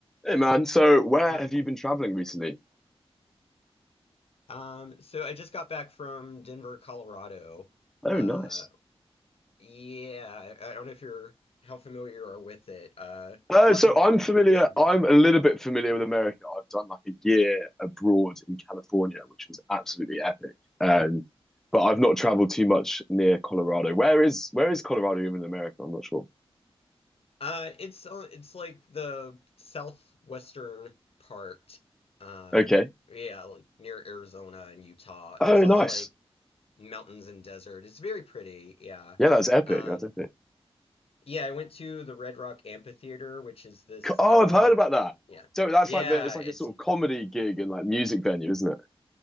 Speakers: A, in the centre; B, on the left.
A: Hey man, so where
B: Hi.
A: have you been traveling recently?
B: Um, so I just got back from Denver, Colorado.
A: Oh,
B: Uh,
A: nice.
B: yeah, I, I don't know if you're how familiar you are with it. Uh,
A: Uh,
B: lots
A: so
B: of mountains
A: I'm familiar,
B: and
A: I'm
B: desert.
A: a little bit familiar with America. I've done like a year abroad in California, which was absolutely epic. Um, but I've not traveled too much near Colorado. Where is where is Colorado even in America? I'm not sure.
B: Uh, it's uh, it's like the southwestern part. Uh,
A: Okay.
B: yeah, like near Arizona and Utah.
A: Oh,
B: It's all
A: nice.
B: like mountains and desert. It's very pretty. Yeah.
A: Yeah, that's epic.
B: Um,
A: That's epic.
B: yeah, I went to the Red Rock Amphitheater, which is this
A: Co- Oh,
B: uh,
A: I've heard about that.
B: yeah.
A: So that's
B: Yeah,
A: like the it's like
B: it's
A: a sort of comedy gig and like music venue, isn't it?